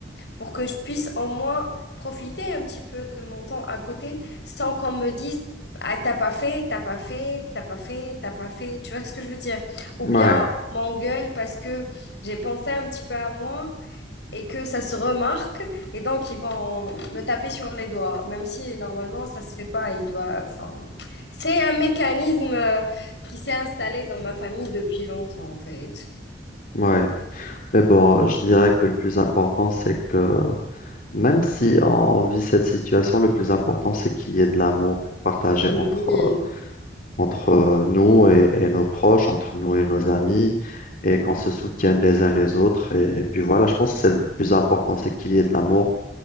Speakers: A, on the left (about 75°); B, on the left (about 50°).
A: pour que je puisse au moins profiter un petit peu de mon temps à côté sans qu'on me dise ah, t'as pas fait, t'as pas fait, t'as pas fait, t'as pas fait, tu vois ce que je veux dire? Ou
B: Ouais,
A: bien on m'engueule parce que j'ai pensé un petit peu à moi et que ça se remarque et donc ils vont me taper sur les doigts, même si normalement ça se fait pas, ils doivent, enfin, c'est un mécanisme euh, qui s'est installé dans ma famille depuis longtemps en fait.
B: ouais. Mais bon, je dirais que le plus important, c'est que Même si on vit cette situation, le plus important, c'est qu'il y ait de l'amour partagé
A: Oui,
B: entre, euh, entre euh, nous et, et nos proches, entre nous et nos amis, et qu'on se soutienne les uns les autres. Et, et puis voilà, je pense que c'est le plus important, c'est qu'il y ait de l'amour,